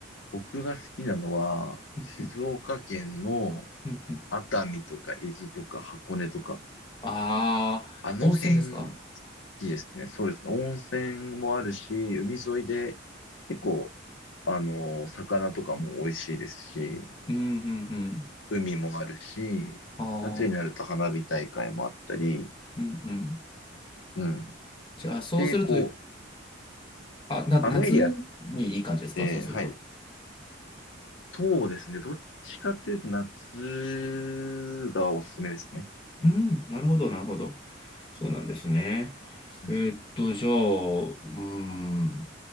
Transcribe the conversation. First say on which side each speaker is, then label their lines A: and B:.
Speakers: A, on the left (about 70°); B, on the left (about 25°).
A: 僕が好きなのは、
B: うん
A: 静岡県の
B: うんうん
A: 熱海とか伊豆とか箱根とか、
B: ああ、
A: あの辺い
B: 温泉ですか
A: いですね。そうですね。温泉もあるし、海沿いで結構、あの、魚とかも美味しいですし、
B: うんうんうん。
A: 海もあるし、
B: あ
A: 夏になると花火大会もあったり、
B: あ、うんうん。
A: うん。
B: じゃあ、そうすると、
A: で、こう、
B: あ、な、
A: あのエリアっ
B: 夏にいい感じですかそうすると。
A: て、はい、そうですね。どっちかというと夏がおすすめですね。うん。
B: うん、なるほど、なるほど。そうなんですね。
A: うん。
B: えーっと、じゃあ、うーん、